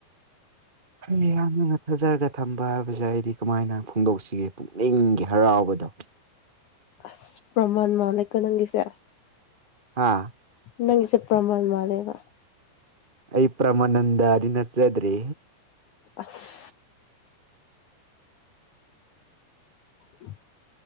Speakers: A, on the left; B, on the right.
A: <inaudible>
B: ꯍ ꯌꯥꯝꯅ ꯅꯠꯊꯖꯔꯒ ꯊꯝꯕ ꯍꯥꯏꯕꯁꯦ ꯑꯩꯗꯤ ꯀꯃꯥꯏꯅ ꯐꯣꯡꯗꯣꯛꯁꯤꯒꯦ ꯄꯨꯛꯅꯤꯡꯒꯤ ꯍꯔꯥꯎꯕꯗꯣ
A: ꯑꯁ ꯄ꯭ꯔꯃꯥꯟ ꯃꯥꯟꯂꯦꯀꯣ ꯅꯪꯒꯤꯁꯦ
B: ꯍꯥꯥ
A: ꯅꯪꯁꯦ ꯄ꯭ꯔꯃꯥꯟ ꯃꯥꯟꯂꯦꯕ
B: ꯑꯩ ꯄ꯭ꯔꯃꯥꯅꯟꯗꯗꯤ ꯅꯠꯆꯗ꯭ꯔꯦ
A: ꯑꯁ ꯎꯝ